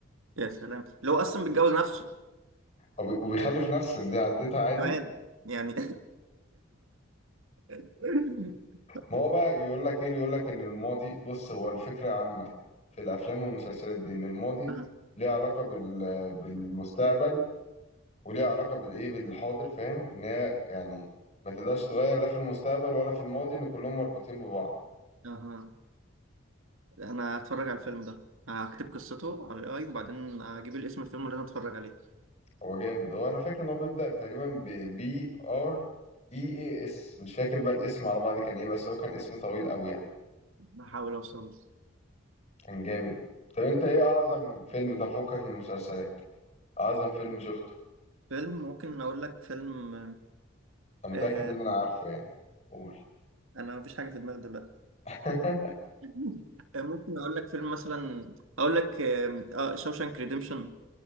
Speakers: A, on the right (about 80°); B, on the left (about 30°).
A: يا سلام اللي هو اصلا بيتجوز نفسه
B: وبي- وبيخلف نفسه إن دي عدتها عادي
A: كمان يعني <laughs>
B: ما هو بقى يقول لك ايه يقول لك ان الماضي بص هو الفكره عامه في الافلام والمسلسلات دي ان الماضي
A: آه.
B: ليه علاقه بال... بالمستقبل وليه علاقه بالايه بالحاضر فاهم ان هي يعني ما تقدرش تغير لا في المستقبل ولا في الماضي ان كلهم مربوطين ببعض
A: اها انا هتفرج على الفيلم ده هكتب قصته على الاي وبعدين هجيب الاسم الفيلم اللي انا اتفرج عليه
B: هو جامد هو انا فاكر ان هو بيبدأ تقريبا ب بي ار اي اي اس مش فاكر بقى الاسم على بعض كان ايه بس هو كان اسم طويل قوي يعني
A: هحاول اوصل له.
B: كان جامد طب انت ايه
A: تمام.
B: اعظم فيلم تفوقك من المسلسلات اعظم فيلم شفته
A: فيلم ممكن اقول لك فيلم
B: انا
A: آه
B: متأكد ان انا عارفه يعني قول
A: انا مفيش حاجه في دماغي دلوقتي
B: <laughs>
A: <laughs> آه، ممكن اقول لك فيلم مثلا اقول لك اه آه شوشانك ريديمشن